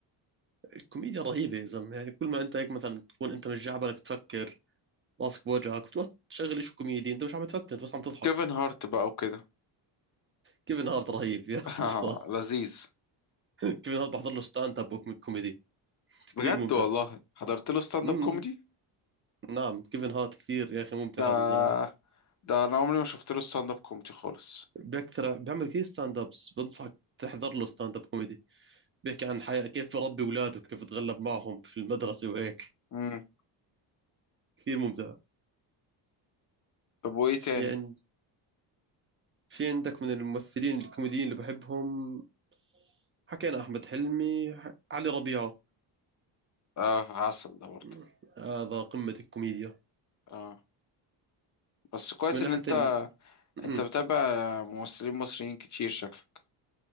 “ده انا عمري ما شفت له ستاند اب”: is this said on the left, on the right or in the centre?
Left